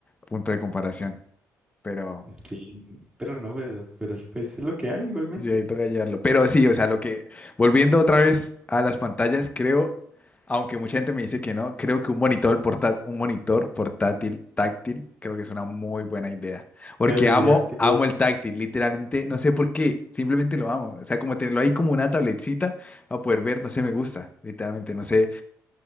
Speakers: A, on the left; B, on the right.
A: punto de comparación. Pero
B: Sí, pero no, pero, pero pues, es lo que hay igualmente.
A: Sí, ahí toca hallarlo. Pero sí, o sea, lo que, volviendo otra vez a las pantallas, creo, aunque mucha gente me dice que no, creo que un monitor portátil, un monitor portátil táctil, creo que es una muy buena idea. Porque
B: Pero tendrías
A: amo,
B: que...
A: amo el táctil, literalmente, no sé por qué, simplemente lo amo. O sea, como tenerlo ahí como una tabletcita a poder ver, no sé, me gusta, literalmente, no sé,